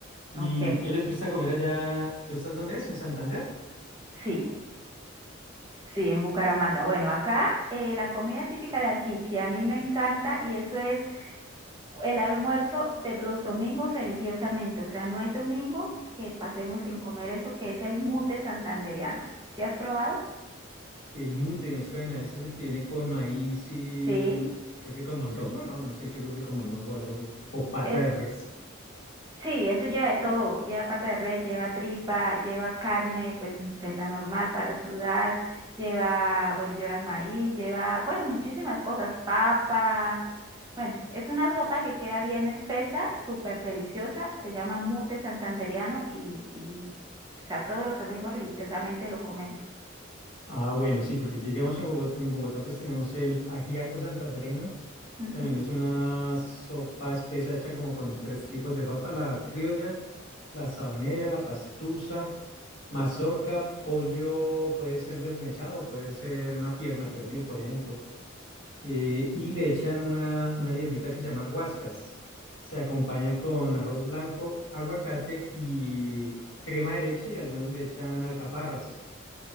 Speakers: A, on the left; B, on the right.
A: ¿Y
B: Ok,
A: qué les gusta comer allá? ¿Tú estás dónde es? ¿En Santander?
B: sí, sí, en Bucaramanga. Bueno, acá eh, la comida típica de aquí, que a mí me encanta, y eso es el almuerzo de los domingos religiosamente. O sea, no hay domingo que pasemos sin comer eso, que es el mute santandereano. ¿Sí has probado?
A: El mute me suena, ese es el que viene con maíz y
B: Sí.
A: creo que con mondongo, no, no estoy seguro si con mondongo o algo así, o pata
B: Es,
A: de res.
B: sí, eso lleva de todo, lleva pata de res, lleva tripa, lleva carne pues, de la normal para sudar, lleva, bueno, lleva el maíz, lleva, bueno, muchísimas cosas, papa. Bueno, es una sopa que queda bien espesa, súper deliciosa, se llama mute santandereano y, y, o sea, todos los domingos religiosamente lo comemos.
A: Ah, bueno, sí, porque aquí digamos en Bogotá, en Bogotá pues tenemos el ajiaco santafereño,
B: Ujú.
A: también es una sopa espesa hecha como con tres tipos de papa, la criolla, la sabanera, la pastusa, mazorca, pollo, puede ser desmechado, puede ser una pierna pernil, por ejemplo. eh, y le echan una, una hierbita que se llama guascas. Se acompaña con arroz blanco, aguacate y crema de leche y algunos le echan alcaparras.